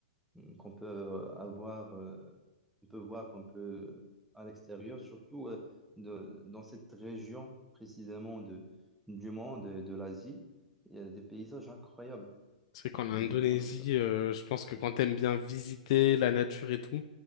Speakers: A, in the centre; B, on the left.
A: euh, qu'on peut euh, avoir, euh, on peut voir qu'on peut euh, à l'extérieur, surtout euh, de- dans cette région précisément de, du monde, de de l'Asie, il y a des paysages incroyables.
B: C'est vrai qu'en
A: Du
B: Indonésie,
A: coup, on a fait-
B: euh, je pense que
A: euh,
B: quand t'aimes bien visiter la nature et tout,